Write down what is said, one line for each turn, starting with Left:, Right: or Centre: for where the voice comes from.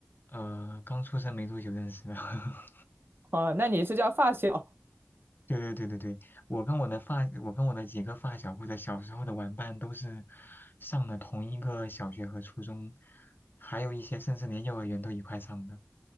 Left: 呃，刚出生没多久认识的，<laughs>
Right: 啊，那你是叫发小
Left: 对对对对对，我跟我的发，我跟我的几个发小或者小时候的玩伴都是上了同一个小学和初中，还有一些甚至连幼儿园都一块上的。